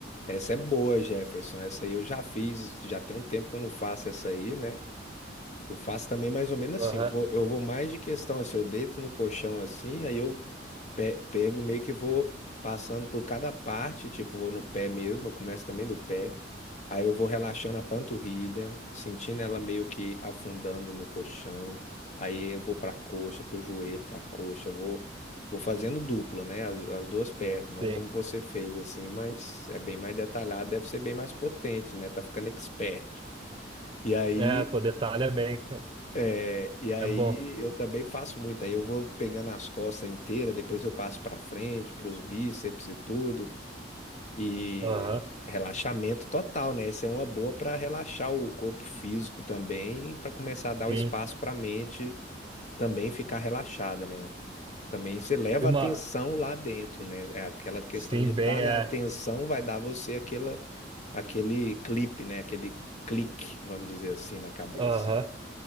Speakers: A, on the left (about 40°); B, on the right (about 30°).
A: Essa é boa, Jefferson. Essa aí eu já fiz, já tem um tempo que eu não faço essa aí, né? Eu faço também mais ou menos
B: Aham,
A: assim. Eu vou, eu vou mais de questão assim, eu deito no colchão assim, aí eu Pe- pego meio que vou passando por cada parte, tipo, vou no pé mesmo, eu começo também do pé. Aí eu vou relaxando a panturrilha, sentindo ela meio que afundando no colchão. Aí eu vou pra coxa, pro joelho, pra coxa, vou vou fazendo duplo, né? As, as duas pernas, não
B: sim.
A: como você fez assim, mas é bem mais detalhado, deve ser bem mais potente, né? Tá ficando expert. E aí
B: É, pô, detalha bem, é,
A: é, E aí
B: é bom.
A: eu também faço muito. Aí eu vou pegando as costas inteiras, depois eu passo pra frente, pros bíceps e tudo. E
B: Aham,
A: relaxamento total, né? Essa é uma boa pra relaxar o corpo físico também, pra começar a dar
B: sim.
A: o espaço pra mente também ficar relaxada, né? Também você leva
B: E uma,
A: a atenção lá dentro, né? É aquela questão
B: sim,
A: de estar
B: bem, é,
A: na atenção vai dar você aquela, aquele clipe, né? Aquele clique, vamos dizer assim, na cabeça.
B: aham.